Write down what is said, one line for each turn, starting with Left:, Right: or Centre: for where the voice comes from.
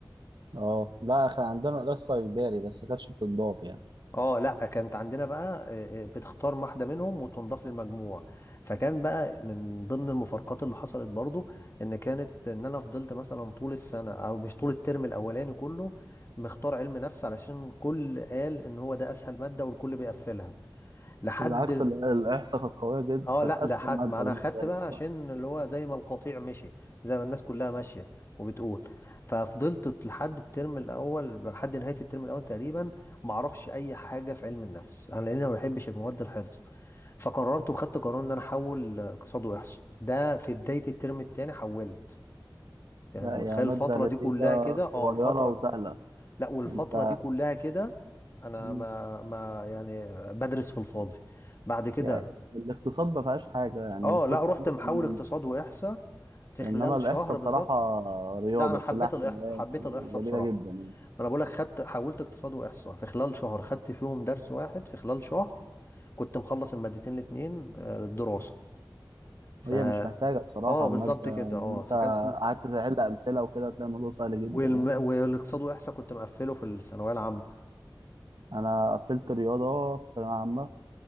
Right: اه لا كان عندنا الاحصاء اجباري بس ما كانتش بتنضاف يعني
Left: اه لا كانت عندنا بقى آه، آه، بتختار واحده منهم وتنضاف للمجموع فكان بقى من ضمن المفارقات اللي حصلت برضو ان كانت ان انا فضلت مثلا طول السنه او مش طول الترم الاولاني كله مختار علم نفس علشان كل قال ان هو ده اسهل ماده والكل بيقفلها لحد
Right: بالعكس ال- الاحصاء كانت قويه جدا
Left: اه
Right: كانت
Left: لا
Right: اسهل
Left: لحد
Right: ماده
Left: ما انا
Right: بالنسبه
Left: خدت بقى
Right: لي بصراحة.
Left: عشان اللي هو زي ما القطيع مشي زي ما الناس كلها ماشيه وبتقول ففضلت لحد الترم الاول لحد نهايه الترم الاول تقريبا ما اعرفش اي حاجه في علم النفس انا لان أنا ما بحبش المواد الحفظ فقررت وخدت قرار ان انا احول اقتصاد واحصاء ده في بدايه الترم الثاني حولت يعني
Right: لا
Left: انت متخيل
Right: يا ماده
Left: الفتره
Right: لذيذه
Left: دي كلها كده
Right: صغيره
Left: اه الفتره
Right: وسهله
Left: لا والفتره
Right: انت
Left: دي كلها كده انا
Right: مم.
Left: ما ما يعني بدرس في الفاضي بعد كده
Right: يعني الاقتصاد ما فيهاش حاجه يعني
Left: اه
Right: الاقتصاد
Left: لا
Right: كله
Left: رحت محول
Right: كلام
Left: اقتصاد واحصاء في
Right: انما
Left: خلال
Right: الاحصاء
Left: شهر بالظبط
Right: بصراحه رياضه
Left: لا انا حبيت
Right: كلها احتمالات
Left: الاحصاء حبيت
Right: وجميله
Left: الاحصاء بصراحه
Right: جدا يعني
Left: ما انا بقول لك خدت حولت اقتصاد واحصاء في خلال شهر خدت فيهم درس واحد في خلال شهر كنت مخلص المادتين الاتنين آه، دراسه ف
Right: وهي مش محتاجه بصراحه
Left: اه
Right: الماده
Left: بالظبط كده
Right: لو
Left: اه
Right: انت
Left: فكانت
Right: قعدت تحل امثله وكده هتلاقي الموضوع سهل جدا
Left: والم...
Right: يعني
Left: والاقتصاد واحصاء كنت مقفله في الثانويه العامه
Right: انا قفلت رياضه في ثانويه عامه